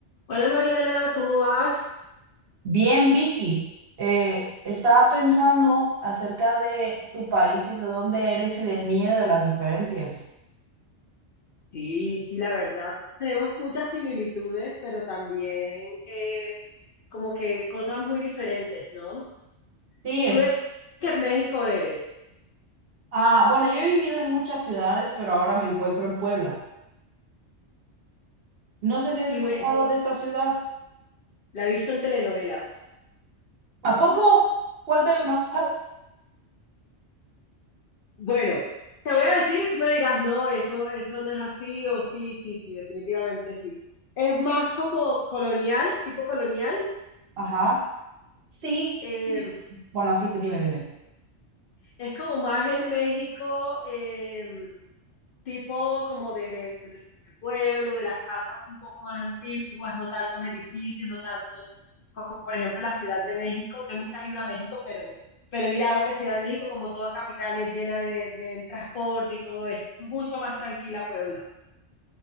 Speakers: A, on the left; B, on the right.
A: Hola Mariana, ¿cómo vas?
B: Bien, Vicky, Eh, estaba pensando acerca de tu país y de dónde eres y del mío y de las diferencias.
A: Sí, sí, la verdad, tenemos muchas similitudes, pero también eh, como que cosas muy diferentes, ¿no?
B: Sí, es.
A: Tú de que México eres,
B: Ah, bueno, yo he vivido en muchas ciudades, pero ahora me encuentro en Puebla. No sé si has
A: y
B: escuchado
A: bueno,
B: de esta ciudad.
A: la he visto en telenovelas.
B: ¿A poco? ¿Cuál te nombra?
A: Bueno, te voy a decir y tú me dirás, no, eso, eso no es así, o sí, sí, sí, definitivamente sí. Es más como colonial, tipo colonial,
B: Ajá. Sí.
A: eh,
B: sí. Bueno, sí, que dime, dime.
A: es como más el México, eh, tipo como pueblo, de las casas un poco más antiguas, no tantos edificios, no tanto como por ejemplo la Ciudad de México. Yo nunca he ido a México, pero, pero he mirado que Ciudad de México, como toda capital, es llena de, del transporte y todo esto. Mucho más tranquila Puebla.